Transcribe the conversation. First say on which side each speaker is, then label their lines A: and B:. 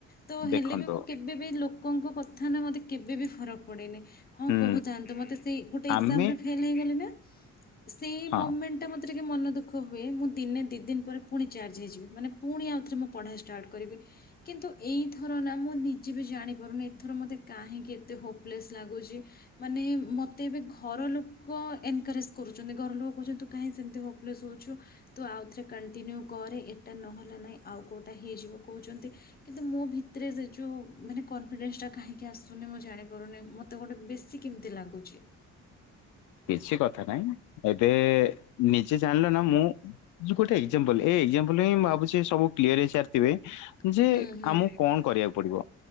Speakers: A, on the left; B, on the left.
A: ତ ହେଲେ
B: ଦେଖନ୍ତୁ
A: ବି ମୁଁ କେବେ ବି ଲୋକଙ୍କ କଥା ନା ମୋତେ କେବେ ବି ଫରକ ପଡ଼ନି। ହଁ
B: ହୁଁ
A: କହୁଥାନ୍ତୁ ମତେ ସେଇ ଗୋଟେ ଏକ୍ଜାମ
B: ଆମେ
A: ରେ ଫେଲ ହେଇଗଲେ ନା ସେଇ
B: ହଁ
A: ମୁମେଣ୍ଟ ଏଇଟା ମୋତେ ଟିକେ ମନ ଦୁଃଖ ହୁଏ ମୁଁ ଦିନେ ଦୁଇ ଦିନ ପରେ ପୁଣି ଚାର୍ଜ ହେଇଯିବି ମାନେ ପୁଣି ଆଉଥରେ ମୁଁ ପଢ଼ା ଷ୍ଟାର୍ଟ କରିବି। କିନ୍ତୁ ଏଇଥର ନା ମୁଁ ନିଜେ ବି ଜାଣିପାରୁନି ଏଥର ମୋତେ କାହିଁକି ଏତେ ହୋପ୍ଲେସ୍ ଲାଗୁଚି। ମାନେ ମ ତେ ଏବେ ଘର ଲୋକ ଏନକରେଜ୍ କରୁଛନ୍ତି ଘର ଲୋକ କହୁଛନ୍ତି ତୁ କାହିଁ ସେମିତି ହୋପ୍ଲେସ୍ ହେଉଛୁ। ତୁ ଆଉଥରେ କଣ୍ଟିନ୍ୟୁ କରେ ଏଟା ନହେଲା ନାହିଁ ଆଉ କେଉଟା ହେଇଯିବ କହୁଛନ୍ତି। କିନ୍ତୁ ମୋ ଭିତରେ ସେ ଯୋଉ ମାନେ କନଫିଡେନ୍ସଟା କାହିକି ଆସୁନି ମୁଁ ଜାଣିପାରୁନି ମ ତେ ଗୋଟେ ବେଶୀ କେମିତି ଲାଗୁଚି।
B: କିଛି କଥା ନାଇଁ ଏବେ ନିଜେ ଜାଣିଲ ନା ମୁଁ ଯୁକୋଠେ ଏକ୍ସାମ୍ପ୍ଲେ ଏ ଏକ୍ସାମ୍ପ୍ଲେ ହଁ ମୁଁ ଭାବୁଛି ସବୁ କ୍ଲିୟର ହେଇସାରିଥିବେ ଯେ
A: ହୁଁ ହୁଁ।
B: ଆମକୁ କଣ କରିବାକୁ ପଡିବ।